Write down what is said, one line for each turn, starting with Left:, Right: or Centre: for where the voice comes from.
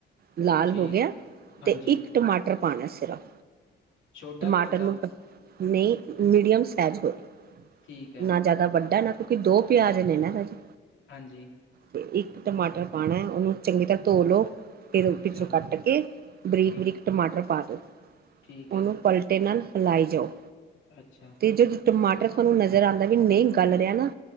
Right: ਲਾਲ
Left: ਠੀਕ
Right: ਹੋ ਗਿਆ
Left: ਹਾਂਜੀ
Right: ਤੇ ਇੱਕ ਟਮਾਟਰ ਪਾਣਾ ਸਿਰਫ
Left: ਛੋਟਾ
Right: ਟਮਾਟਰ
Left: ਕਿ ਵੱਡਾ
Right: ਨੂੰ ਨਹੀਂ ਮੀਡੀਅਮ ਸਾਈਜ਼ ਹੋਵੇ
Left: ਠੀਕ ਹੈ
Right: ਨਾ ਜ਼ਿਆਦਾ ਵੱਡਾ ਨਾ ਕਿਉਂਕਿ ਦੋ ਪਿਆਜ ਨੇ ਨਾ ਜੀ।
Left: ਹਾਂਜੀ,
Right: ਤੇ ਇੱਕ ਟਮਾਟਰ ਪਾਉਣਾ ਉਹਨੂੰ ਚੰਗੀ ਤਰ੍ਹਾਂ ਧੋ ਲਓ। ਇਹ
Left: ਅੱਛਾ
Right: ਪਿੱਛੋਂ ਕੱਟ ਕੇ ਬਰੀਕ
Left: ਠੀਕ
Right: ਬਰੀਕ ਟਮਾਟਰ ਪਾ ਦਿਉ।
Left: ਠੀਕ
Right: ਉਹਨੂੰ
Left: ਹੈ ਜੀ
Right: ਪਲਟੇ ਨਾਲ ਹਿਲਾਈ ਜਾਓ।
Left: ਅੱਛਾ,
Right: ਤੇ ਜੋ ਟਮਾਟਰ ਤੁਹਾਨੂੰ ਨਜ਼ਰ ਆਂਦਾ ਵੀ ਨਹੀਂ ਗਲ ਰਿਹਾ ਨਾ।